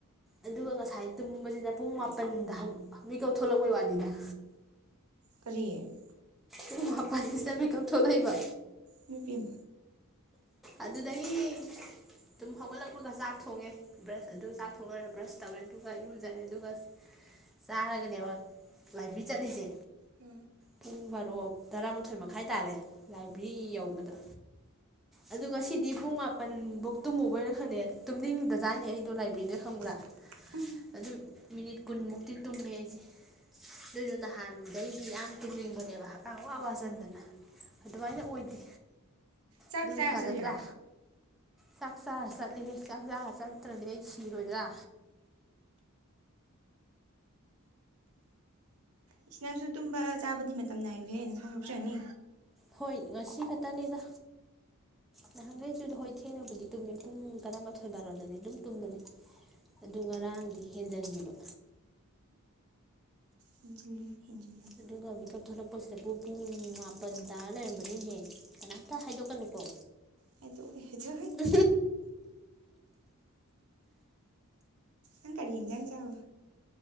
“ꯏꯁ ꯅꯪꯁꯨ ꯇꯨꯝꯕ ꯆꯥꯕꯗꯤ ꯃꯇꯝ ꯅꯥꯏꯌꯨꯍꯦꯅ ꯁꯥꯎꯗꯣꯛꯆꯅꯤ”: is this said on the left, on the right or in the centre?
Right